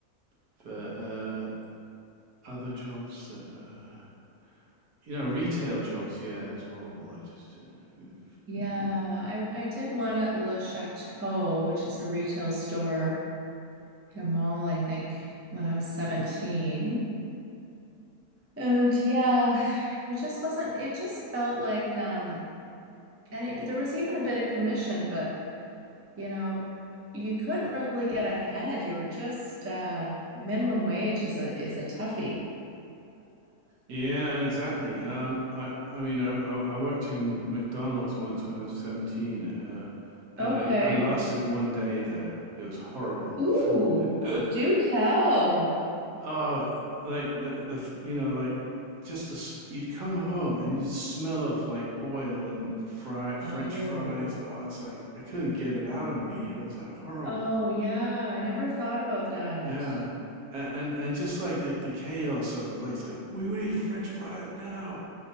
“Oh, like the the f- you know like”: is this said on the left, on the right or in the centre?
Right